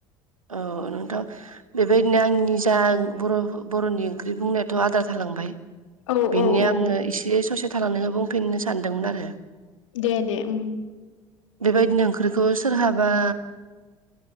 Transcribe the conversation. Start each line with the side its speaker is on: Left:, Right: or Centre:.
Right: अ नोंथां। बेबायदिनो आंनि जा बर' बर'नि ओंख्रि बुंनायाथ' आद्रा थालांबाय।
Left: औ
Right: बेनि
Left: औ
Right: आङो
Left: औ
Right: एसे ससे थालांनायखौ बुंफिननो सानदोंमोन आरो।
Left: दे दे उम
Right: बेबायदिनो ओंख्रिखौ सोरहाबा